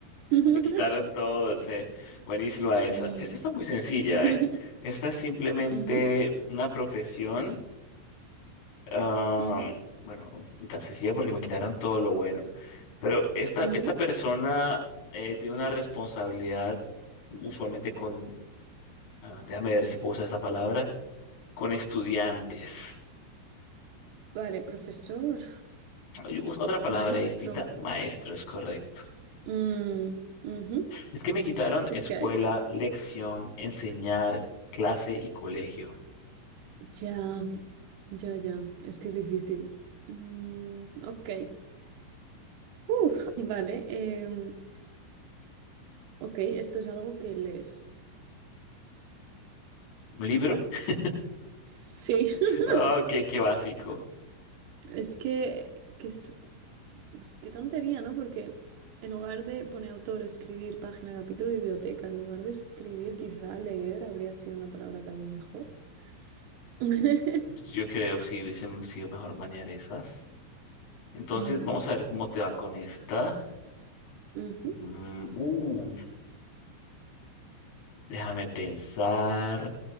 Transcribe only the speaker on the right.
<laughs>
Mm,
<laughs>
ujú,
ujú,
ujú.
Vale, profesor,
maestro.
Mm, ujú,
Ok,
ya, ya, ya, es que es difícil. Mm, ok, Uf, vale, em, ok, esto es algo que les...
Sí, <laughs>
es que, que estu- Qué tontería, ¿no? Porque en lugar de poner autor, escribir, página, capítulo, biblioteca, en lugar de escribir, quizá leer habría sido una palabra tabú mejor. <laughs>
Mm,
ujú.